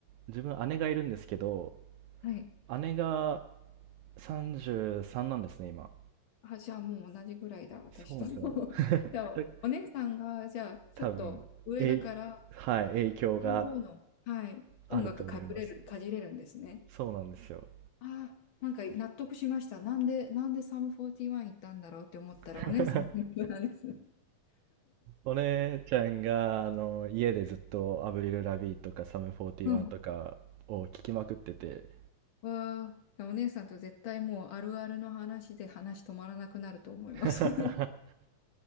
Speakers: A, on the right; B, on the left.
A: 自分姉がいるんですけど、
B: はい。
A: 姉が33なんですね、今。
B: あ、じゃあもう同じぐらいだ、私と。
A: そうなんですよ。
B: <laughs> じゃあ、
A: で
B: お姉さんが、じゃあ、ちょっと上だから、
A: 多分、え、はい、影響が
B: 両方の、はい、音楽かぶれる、
A: あると思います。
B: かじれるんですね。
A: そうなんですよ。
B: ああ、なんか納得しました。なんで、なんでサム41行ったんだろうって思ったら、
A: <laughs>
B: お姉さんの影響なんですね。
A: お姉ちゃんが、あの、家でずっとアブリル・ラビーとかサム41とかを聞きまくってて、
B: うん。わあ、じゃあお姉さんと絶対もうあるあるの話で話止まらなくなると思います。
A: <laughs>
B: <laughs>